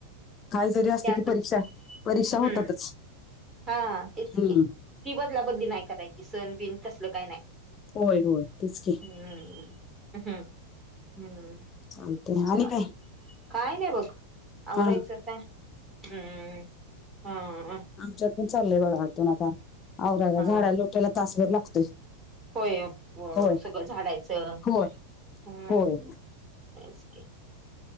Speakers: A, on the left; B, on the right.
A: काय जरी असत.
B: त्यातच
A: की परीक्षा परीक्षा
B: हम्म
A: होतातच.
B: हा तेच
A: हम्म
B: कि ती बदला बदली नाही. करायची सण बिन तसल काही नाही.
A: होय होय, तेच की
B: हम्म हम् हम्म
A: चालतंय
B: चालतय
A: आणि काय
B: काय नाही. बघ आवरायचं
A: हा
B: काय हम्म हम
A: आमच्या चालय बागा आतून आता आवरायला
B: हा
A: झाडा लोटायला तासभर लागतोय.
B: होय
A: होय
B: सगळं झाडायचं
A: होय
B: हम्म
A: होय
B: तेच कि